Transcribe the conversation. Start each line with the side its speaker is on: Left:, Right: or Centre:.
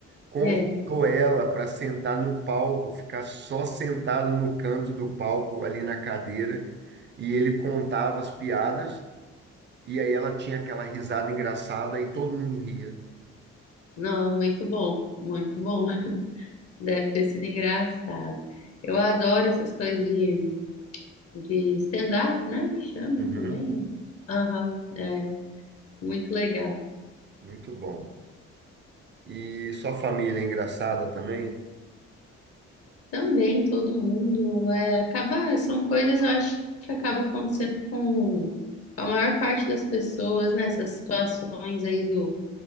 Right: Convidou
Left: é.
Right: ela para sentar no palco, ficar só sentado no canto do palco, ali na cadeira, e ele contava as piadas, e aí ela tinha aquela risada engraçada e todo mundo ria.
Left: Não, muito bom, muito bom. <laughs> Deve ter sido engraçado. Eu adoro essas coisas de de stand-up, né? Que chama
Right: Uhum,
Left: também. Aham, é muito legal.
Right: muito bom. E sua família é engraçada também?
Left: Também todo mundo é, acaba, são coisas eu acho que acabam acontecendo com a maior parte das pessoas, né? Essas situações aí do